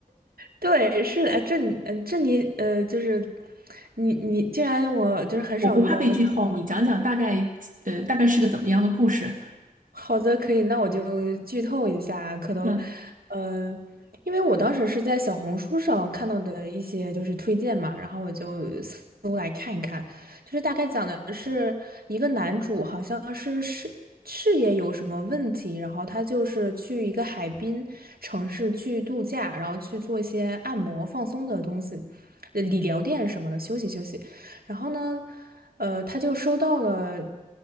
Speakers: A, on the right; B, on the right.
A: 对，是的，哎这你，嗯，这你，呃，就是你，你竟然我就是很少遇到有想看的。
B: 我不怕被剧透，你讲讲大概呃大概是个怎么样的故事？
A: 好的，可以，那我就剧透一下，可能，
B: 嗯，
A: 嗯呃，因为我当时是在小红书上看到的一些就是推荐嘛，然后我就搜来看一看，就是大概讲的是一个男主好像是事事业有什么问题，然后他就是去一个海滨城市去度假，然后去做一些按摩放松的东西，呃理疗店什么的休息休息。然后呢，呃，他就收到了，